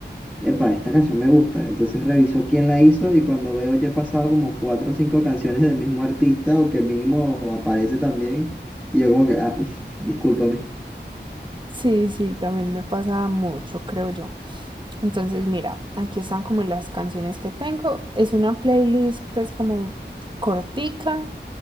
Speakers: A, in the centre; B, on the right.
A: epa, esta canción me gusta, entonces reviso quién la hizo y cuando veo ya he pasado como cuatro o cinco canciones del mismo artista o que mínimo aparece también, y yo como que, ah, <laughs> discúlpame.
B: Sí, sí, también me pasa mucho, creo yo. Entonces, mira, aquí están como las canciones que tengo. Es una playlist pues como cortica,